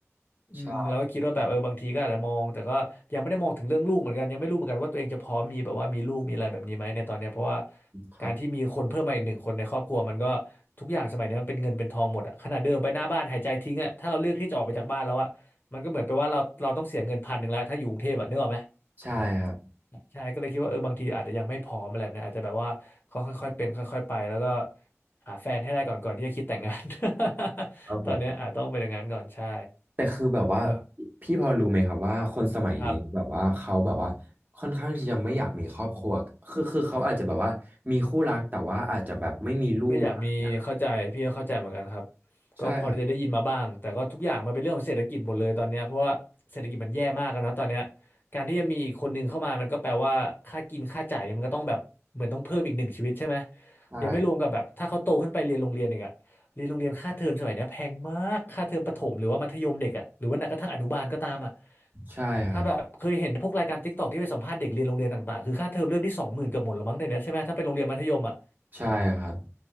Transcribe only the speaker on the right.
ใช่ครับ
ใช่ครับ
ครับผม
แต่คือแบบ
พี่พอรู้ไหมครับว่าคนสมัยนี้แบบว่าเขาแบบว่าค่อนข้างที่จะไม่อยากมีครอบครัวคือคือเขาอาจจะแบบว่ามีคู่รักแต่ว่าอาจจะแบบไม่มีลูกอะไรนะครับ
ใช่ครับ
ใช่
ใช่ครับ
ใช่ครับ